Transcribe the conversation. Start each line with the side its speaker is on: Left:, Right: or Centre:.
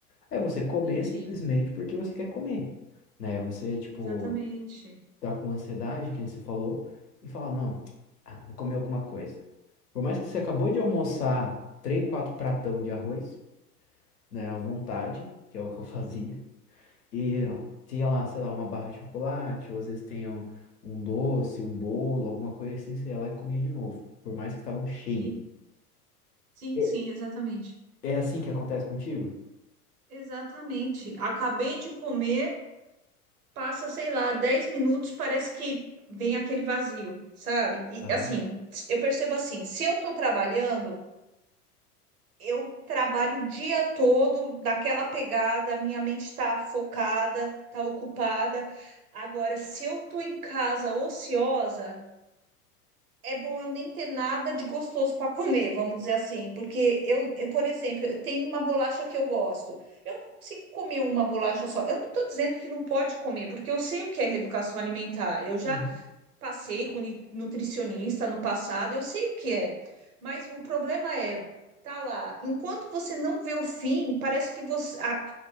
Left: É você comer
Right: entendi.
Left: simplesmente porque você quer comer, né? Você, tipo,
Right: Exatamente.
Left: tá com ansiedade, que nem você falou, e fala, não, <tsk> ah, vou comer alguma coisa. Por mais que você acabou de almoçar três, quatro pratão de arroz, né, à vontade, que é o que eu <laughs> fazia, e tinha lá, sei lá, uma barra de chocolate, ou às vezes tem um, um doce, um bolo, alguma coisa assim, você ia lá e comia de novo, por mais que estavam cheio.
Right: Sim, sim,
Left: É.
Right: sim, exatamente.
Left: É assim que acontece contigo?
Right: Exatamente. Acabei de comer. passa, sei lá, 10 minutos, parece que vem aquele vazio, sabe? E
Left: Aham.
Right: assim,
Left: Uhum.
Right: eu percebo assim, se eu tô trabalhando, eu trabalho o dia todo naquela pegada, minha mente tá focada, tá ocupada. Agora, se eu tô em casa ociosa, é bom eu nem ter nada de gostoso para comer, vamos dizer assim, porque eu, eu, por exemplo, eu tenho uma bolacha que eu gosto. Eu não consigo comer uma bolacha só. Eu não estou dizendo que não pode comer, porque eu sei o que é reeducação alimentar. Eu já
Left: <laughs>
Right: passei com ni- nutricionista no passado, eu sei o que é. Mas o problema é, tá lá, enquanto você não vê o fim, parece que você, a-